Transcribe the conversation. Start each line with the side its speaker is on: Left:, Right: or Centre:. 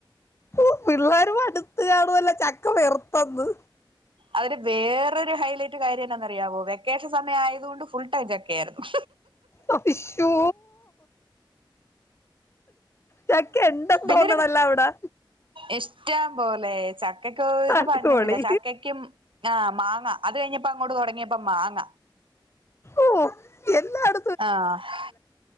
Left: ഉം പിള്ളേര് മടുത്ത് കാണുവല്ലോ ചക്ക വെറുത്തന്ന്.
Right: അതിന് വേറൊരു ഹൈലൈറ്റ് കാര്യം എന്താന്ന് അറിയാവോ വെക്കേഷൻ സമയം ആയതുകൊണ്ട് ഫുൾ ടൈം ചക്ക ആയിരുന്നു.
Left: ഓ ഇശ്വോ ചക്ക ഉണ്ടെന്ന്
Right: പിന്നൊരു
Left: തോന്നണല്ലോ അവിടെ.
Right: ഇഷ്ടം പോലെ ചക്കക്ക് ഒരു
Left: അടിപൊളി
Right: പഞ്ഞുംയില്ല ചക്കക്കും. ആഹ് മാങ്ങ അത് കഴിഞ്ഞപ്പ അങ്ങോട്ട് തുടങ്ങിയപ്പോ മാങ്ങ.
Left: ഓ എന്നാട
Right: ആഹ്.